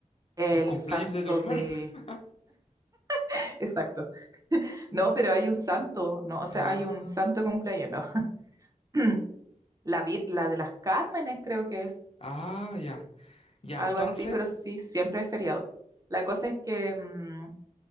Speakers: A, on the right; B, on the left.
A: el
B: El cumpleaños
A: santo
B: de tu hermano.
A: de...
B: <laughs>
A: <laughs> Exacto. <laughs> No, pero hay un santo, ¿no? O sea,
B: Ah,
A: hay un santo de cumpleaños, ¿no? <clears throat> La, vir- la de las Cármenes creo que es.
B: ah, ya. Ya,
A: algo
B: entonces,
A: así, pero sí, siempre es feriado. La cosa es que, mm,